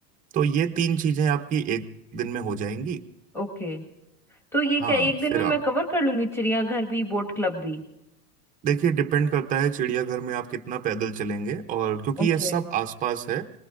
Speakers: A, on the right; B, in the centre.
A: तो ये तीन चीजें आपकी एक दिन में हो जाएंगी
B: ओके तो ये
A: हाँ
B: क्या एक दिन
A: फिर
B: में मैं
A: आप
B: कवर कर लूंगी चिड़ियाघर भी बोट क्लब भी
A: देखिए डिपेंड करता है चिड़ियाघर में आप कितना पैदल चलेंगे और क्योंकि
B: ओके
A: ये सब आसपास है